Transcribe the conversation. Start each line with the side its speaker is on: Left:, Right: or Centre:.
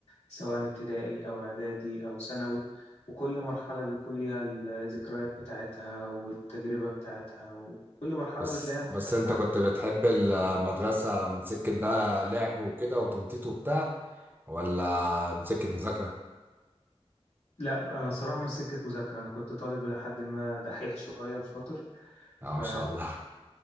Left: سواء ابتدائي أو إعدادي أو ثانوي وكل مرحلة بيكون ليها الذكريات بتاعتها والتجربة بتاعتها وكل مرحلة
Right: بس
Left: بتلاقيها مختلفة
Right: بس أنت
Left: عن
Right: كنت
Left: التانية
Right: بتحب المدرسة من سكة بقى لعب وكده وتنطيط وبتاع ولا من سكة مذاكرة؟
Left: لا أنا صراحة مش سكة مذاكرة أنا كنت طالب لحد ما دحيح شوية وشاطر
Right: آه
Left: ف
Right: ما شاء الله